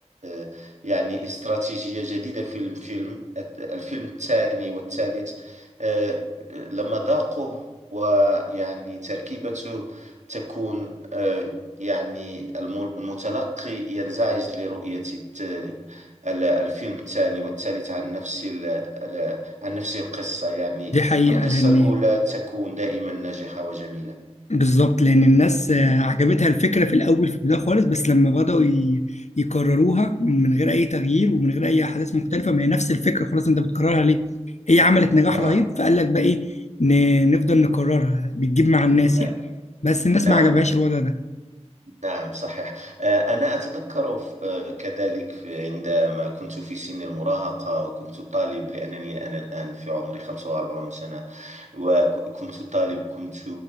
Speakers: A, on the right; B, on the left.
A: آه، يعني استراتيجية جديدة في الفيلم الفيلم الثاني والثالث آه، لما ذاقه ويعني تركيبته تكون آه، يعني الم- المتلقي ينزعج لرؤية الت- ال- الفيلم الثاني والثالث عن نفس ال- ال- عن نفس القصة يعني
B: دي حقيقة
A: القصة
B: لان
A: الأولى تكون دائما ناجحة وجميلة
B: بالظبط لان الناس آه، عجبتها الفكره في الاول في البدايه خالص بس لما بداوا ي- يكرروها من غير اي تغيير ومن غير اي احداث مختلفه ما هي نفس الفكره خلاص انت بتكررها ليه هي عملت نجاح
A: نعم
B: رهيب فقال لك بقى ايه ن- نفضل نكررها بتجيب مع الناس
A: نعم
B: يعني بس الناس
A: نعم
B: ما عجبهاش الوضع ده
A: نعم صحيح آه، أنا أتذكر ف- آه، كذلك في- عندما كنت في سن المراهقة وكنت طالب لأنني أنا الآن في عمري 45 سنة وكنت طالب كنت